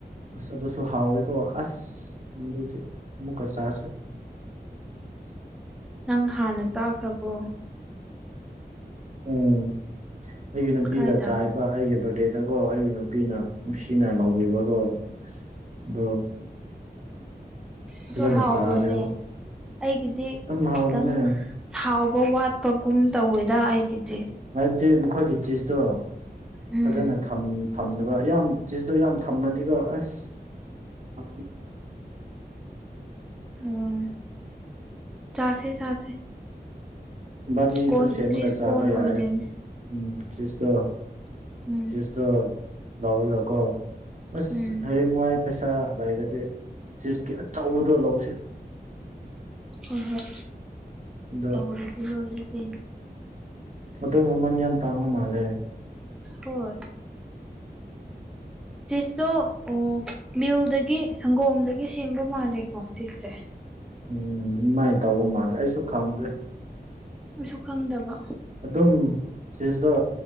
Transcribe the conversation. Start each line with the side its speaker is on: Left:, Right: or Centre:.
Right: ꯑꯁ ꯑꯗꯨꯁꯨ ꯍꯥꯎꯋꯦꯀꯣ ꯑꯁ ꯃꯗꯨꯗꯤ ꯑꯃꯨꯛꯀ ꯆꯔꯥꯁꯦ <unintelligible>
Centre: ꯅꯪ ꯍꯥꯟꯅ ꯆꯥꯈ꯭ꯔꯕꯣ
Right: ꯎꯝ ꯑꯩꯒꯤ ꯅꯨꯄꯤꯒ
Centre: ꯀꯥꯏꯗ
Right: ꯆꯥꯏꯕ ꯑꯩꯒꯤ ꯕꯥꯔꯗꯦ ꯗꯀꯣ ꯑꯩꯒꯤ ꯅꯨꯄꯤꯅ ꯅꯨꯡꯁꯤ ꯅꯧꯕꯤꯕꯀꯣ ꯑꯗꯣ
Centre: ꯑꯗ
Right: ꯐꯖꯅ
Centre: ꯍꯥꯎꯕ꯭ꯔꯣꯅꯦ
Right: ꯆꯥꯔꯦꯕ
Centre: ꯑꯩꯒꯤꯗꯤ
Right: ꯌꯥꯝ ꯍꯥꯎꯕꯅꯦ
Centre: ꯈꯤꯇꯪ ꯍꯥꯎꯕ ꯋꯥꯠꯄꯒꯨꯝ ꯇꯧꯋꯦꯗ ꯑꯩꯗꯤ
Right: ꯍꯥꯏꯕꯨꯗꯤ ꯃꯈꯣꯏꯒꯤ ꯆꯤꯁꯇꯣ
Centre: ꯎꯝ
Right: ꯐꯖꯅ ꯐꯝꯕ ꯑꯗꯨꯒ ꯌꯥꯝꯌꯥꯝ ꯆꯖꯇꯣ ꯌꯥꯝ ꯊꯝꯃꯗꯤꯀꯣ ꯑꯁꯅꯦ
Centre: ꯎꯝ ꯆꯥꯁꯦ ꯆꯥꯁꯦ
Right: ꯍꯕꯥꯅꯤ
Centre: ꯀꯣꯟ
Right: ꯁꯁ ꯑꯃꯒꯠꯖꯕ
Centre: ꯆꯤꯁ ꯀꯣꯟ
Right: ꯌꯥ
Centre: ꯑꯣꯏꯗꯣꯏꯅꯦ
Right: ꯎꯝ ꯆꯁꯇꯣ
Centre: ꯎꯝ
Right: ꯆꯁꯇꯣ ꯂꯥꯎꯑꯣꯔꯀꯣ ꯑꯁ
Centre: ꯎꯝ
Right: ꯍꯌꯦꯡ ꯅꯨꯡꯉꯥꯏ ꯄꯩꯁꯥ ꯂꯩꯔꯗꯤ ꯆꯀꯤ ꯑꯆꯧꯕꯗ ꯂꯧꯁꯦ
Centre: ꯍꯣꯏ ꯍꯣꯏ
Right: ꯑꯗꯣ
Centre: ꯂꯧꯔꯗꯤ ꯂꯣꯏꯔꯦ ꯀ
Right: ꯑꯗꯨꯗꯨ ꯃꯃꯟ ꯌꯥꯝꯟ ꯇꯥꯉꯣ ꯃꯥꯜꯂꯦ
Centre: ꯍꯣꯏ
Right: <unintelligible>
Centre: ꯆꯤꯁꯇꯣ ꯑꯣ ꯃꯤꯜꯗꯒꯤ ꯁꯪꯒꯣꯝꯗꯒꯤ ꯁꯦꯝꯕ ꯃꯥꯜꯂꯦꯀꯣ ꯆꯤꯁꯁꯦ
Right: ꯎꯝ ꯑꯗꯨꯃꯥꯏꯅ ꯇꯧꯕ ꯃꯥꯜꯂꯦ ꯑꯩꯁꯨ ꯈꯪꯗ꯭ꯔꯦ
Centre: ꯑꯁꯨ ꯈꯪꯗꯕ
Right: ꯑꯗꯨꯝ ꯁꯤꯁꯤꯗ